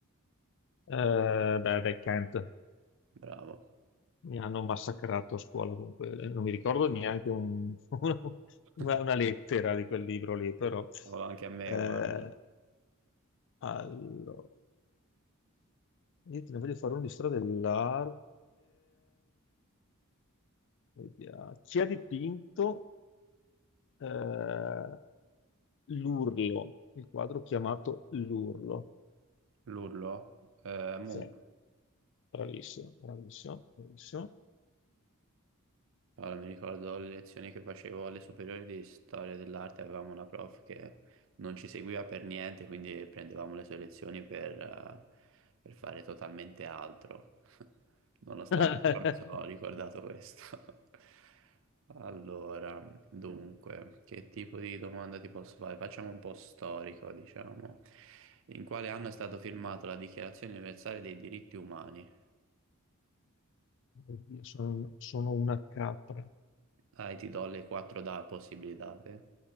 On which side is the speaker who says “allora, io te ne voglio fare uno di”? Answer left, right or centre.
Left